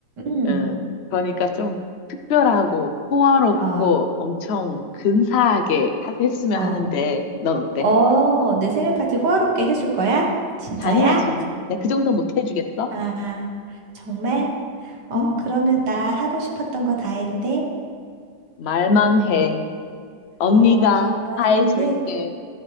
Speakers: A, on the right; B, on the left.
A: 음,
B: 응. 그러니까 좀 특별하고 호화롭고
A: 어,
B: 엄청 근사하게 하- 했으면
A: 어,
B: 하는데, 넌 어때?
A: 어, 내 생일 파티 호화롭게 해줄 거야? 진짜야?
B: 당연하지. 내가 그 정도 못 해주겠어?
A: 아, 정말? 어,
B: 음.
A: 그러면 나 하고 싶었던 거 다 해도 돼?
B: 말만 해. 언니가
A: 어, 그럼 이번
B: 다
A: 생일은
B: 해줄게.